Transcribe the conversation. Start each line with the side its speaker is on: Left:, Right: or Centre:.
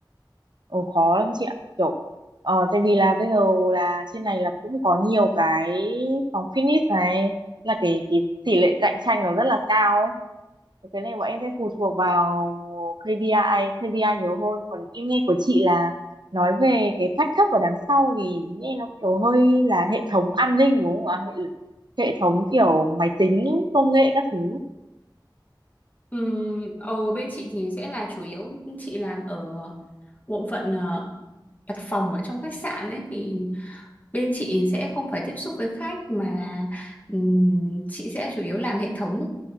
Right: Ồ, khó lắm chị ạ kiểu ờ, tại vì là bây giờ là trên này là cũng có nhiều cái phòng fitness này là cái cái tỷ lệ cạnh tranh nó rất là cao ấy Thì cái này bọn em sẽ phụ thuộc vào KPI KPI nhiều hơn còn em nghe của chị là nói về cái phát cấp ở đằng sau thì nghe nó kiểu hơi là hệ thống an ninh đúng không ạ hệ hệ thống kiểu máy tính công nghệ các thứ
Left: Ừm, ở bên chị thì sẽ là chủ yếu chị làm ở bộ phận ờ, đặt phòng ở trong khách sạn ấy thì Bên chị sẽ không phải tiếp xúc với khách mà là ừm, chị sẽ chủ yếu làm hệ thống